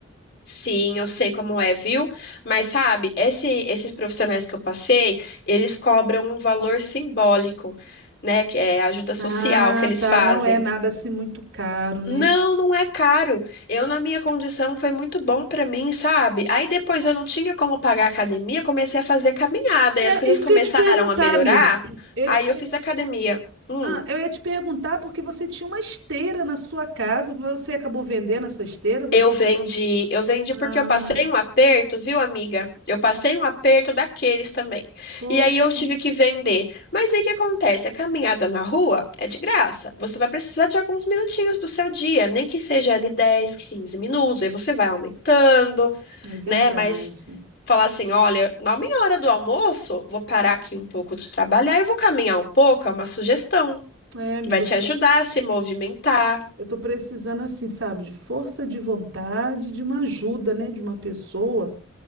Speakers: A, on the left; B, on the right.
A: Sim, eu sei como é, viu? Mas sabe, esse- esses profissionais que eu passei, eles cobram um valor simbólico, né? Que é a ajuda social
B: Ah,
A: que eles
B: tá.
A: fazem.
B: Não é nada assim muito caro, né?
A: Não, não é caro. Eu, na minha condição, foi muito bom pra mim, sabe? Aí depois eu não tinha como pagar a academia, comecei a fazer caminhada
B: É
A: e as coisas
B: isso
A: começaram
B: que eu ia te perguntar,
A: a melhorar.
B: amiga. Eu ia
A: Aí
B: te
A: eu fiz academia. Hum.
B: Ah, eu ia te perguntar porque você tinha uma esteira na sua casa, você acabou vendendo essa esteira, você...
A: Eu vendi, eu vendi
B: Ah,
A: porque eu passei um aperto, viu, amiga? Eu passei um aperto daqueles também.
B: poxa,
A: E aí eu tive que vender. Mas aí o que acontece? A caminhada na rua é de graça. Você vai precisar de alguns minutinhos do seu dia, nem que seja ali 10, 15 minutos. Aí você vai aumentando,
B: é verdade.
A: né? Mas falar assim, olha, na minha hora do almoço, vou parar aqui um pouco de trabalhar e vou caminhar um pouco, é uma sugestão.
B: É, amiga,
A: Vai te
B: eu tô,
A: ajudar
B: pre-
A: a se movimentar.
B: eu tô precisando, assim, sabe, de força de vontade, de uma ajuda, né, de uma pessoa